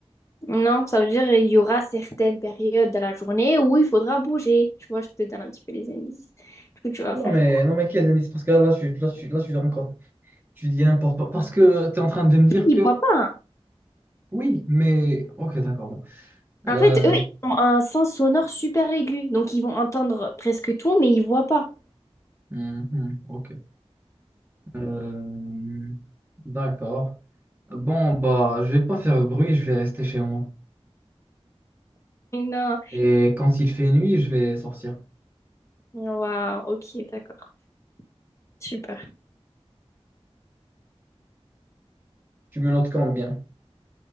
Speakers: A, on the left; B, on the right.
A: non, ça veut dire il y aura certaines périodes de la journée où il faudra bouger. Tu vois, je te donne un petit peu les indices. Du coup, tu vas
B: Non,
A: faire
B: mais,
A: quoi?
B: non, mais quels indices? Parce que là, là, je, suis- là, je, suis- là, je suis encore. Tu dis n'importe quoi. Parce que tu es en train de me dire
A: Ils
B: que.
A: voient pas. hein.
B: Oui, mais. Ok, d'accord. Bon. Euh,
A: En fait, eux, ils ont un sens sonore super aigu. Donc, ils vont entendre presque tout, mais ils voient pas.
B: hum, hum, ok. Euh, D'accord. Bon, bah, je vais pas faire de bruit, je vais rester chez moi.
A: Non.
B: Et quand il fait nuit, je vais sortir.
A: Ouais, ok, d'accord. Super.
B: Tu me notes quand bien.